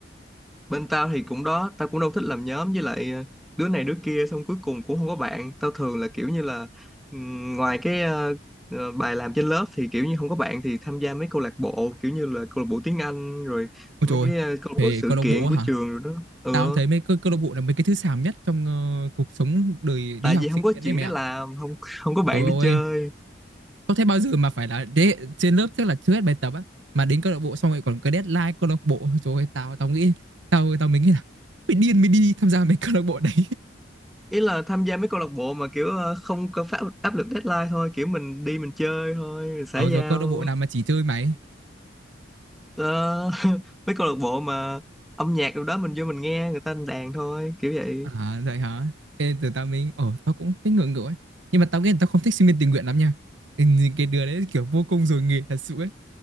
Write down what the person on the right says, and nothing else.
ôi
trời ơi,
về
câu lạc
bộ
hả
tao thấy mấy câu câu lạc bộ là mấy cái thứ xàm nhất trong ờ, cuộc sống đời đi
học
sinh
viên
đấy mày
ạ
trời
ơi
có thế bao giờ mà phải là đế, trên lớp trước là chưa hết bài tập á mà đến câu lạc bộ xong rồi còn cái deadline câu lạc bộ Ôi trời ơi, tao tao nghĩ tao tao mới nghĩ là mày điên mới đi tham gia mấy <laughs> câu lạc bộ đấy
<laughs>
ờ
rồi câu lạc bộ nào mà chỉ chơi máy
à vậy hả thế từ tao mình ờ tao cũng thấy ngưỡng ngưỡng ấy nhưng mà tao nghĩ là tao không thích sinh viên tình nguyện lắm nha Ừ, cái đứa đấy kiểu vô công rồi nghề thật sự ấy